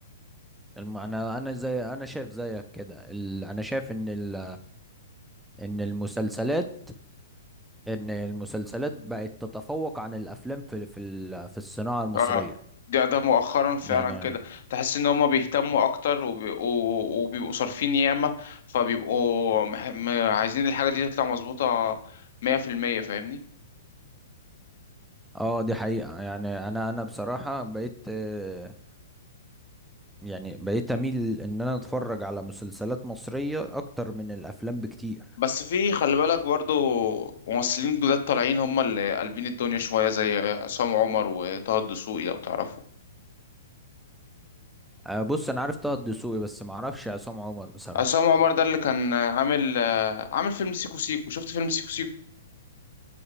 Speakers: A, in the centre; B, on the left.
A: الم... أنا أنا زي أنا شايف زيك كده ال... أنا شايف إن ال... ان المسلسلات ان المسلسلات بقت تتفوق عن الافلام في في ال- في الصناعه المصريه
B: اه ده ده مؤخرا فعلا
A: يعني
B: كده تحس إن هما بيهتموا أكتر وبي... و- وبيبقوا صارفين ياما فبيبقوا مح... م... عايزين الحاجة دي تطلع مظبوطة مية في المية فاهمني
A: اه دي حقيقه يعني انا انا بصراحه بقيت آه، يعني بقيت اميل ان انا اتفرج على مسلسلات مصريه اكتر من الافلام بكتير
B: بس في خلي بالك برضو ممثلين جداد طالعين هما اللي قلبين الدنيا شوية زي عصام عمر وطه الدسوقي لو تعرفوا
A: آه، بص انا عارف طه الدسوقي بس ما اعرفش عصام عمر بصراحه
B: عصام عمر ده اللي كان عامل آه، عامل فيلم سيكو سيكو شفت فيلم سيكو سيكو